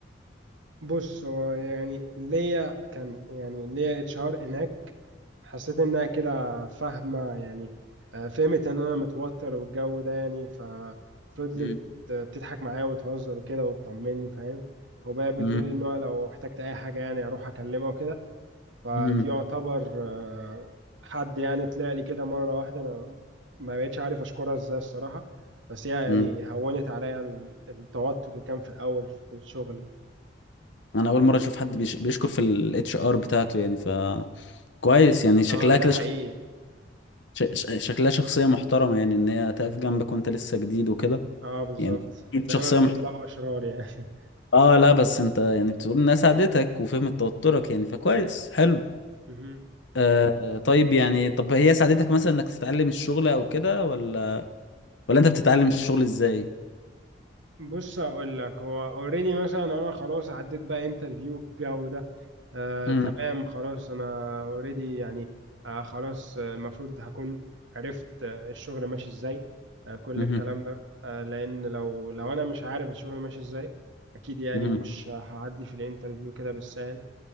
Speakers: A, on the right; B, on the left.
A: بص هو يعني ليا كان يعني ليا اتش ار هناك حسيت انها كده فاهمه يعني آه، فهمت ان انا متوتر والجو ده يعني ففضلت
B: مم.
A: آه، تضحك معايا وتهزر وكده وتطمني فاهم وبقى بتقول
B: مم.
A: لي ان هو لو احتجت اي حاجه يعني اروح اكلمها وكده فدي
B: مم.
A: يعتبر آه، حد يعني طلع لي كده مرة واحدة أنا ما بقتش عارف أشكرها إزاي الصراحة بس هي يعني
B: مم.
A: هونت عليا ال- التوتر اللي كان في الأول في الشغل
B: انا اول مره اشوف حد بيش... بيشكر في الاتش ار بتاعته يعني فكويس يعني شكلها
A: اه ده
B: كده
A: حقيقي
B: شخصيه ش... ش... شكلها شخصية محترمة يعني ان هي تقف جنبك وانت لسه جديد وكده
A: اه بالظبط
B: يعني أكيد
A: دايما
B: شخصية
A: بيطلعوا
B: محترمة
A: أشرار يعني <laughs>
B: اه لا بس انت يعني بتقول انها ساعدتك وفهمت توترك يعني فكويس حلو
A: مهم.
B: آه طيب يعني طب هي ساعدتك مثلا انك تتعلم الشغل او كده ولا ولا انت بتتعلم الشغل ازاي؟
A: بص اقول لك هو اوريدي مثلا انا خلاص عديت بقى انترفيو الجو ده آه
B: مم.
A: تمام خلاص انا اوريدي يعني آه خلاص آه، المفروض هكون عرفت آه الشغل ماشي ازاي آه كل
B: مهم.
A: الكلام ده آه لان لو لو انا مش عارف الشغل ماشي ازاي اكيد يعني
B: مهم.
A: مش هعدي في الانترفيو كده بالسهل